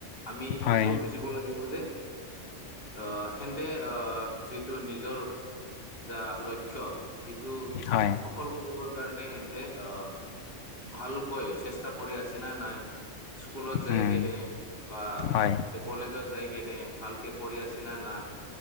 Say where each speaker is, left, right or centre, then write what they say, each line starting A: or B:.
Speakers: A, on the left; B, on the left.
A: আমি
B: হয়,
A: এইটোও বুজিব লাগিব যে- অহ হেন্তে আহ যিটো নিজৰ যা লক্ষ্য যিটো-
B: হয়,
A: সফল কৰিবৰ- কাৰণে এন্দে অঁ ভালকৈ চেষ্টা কৰি আছে না নাই? স্কুলত যাই
B: উম,
A: কেনে বা
B: হয়,
A: কলেজত যাই কেনে। ভালকে পঢ়ি আছে না নাই?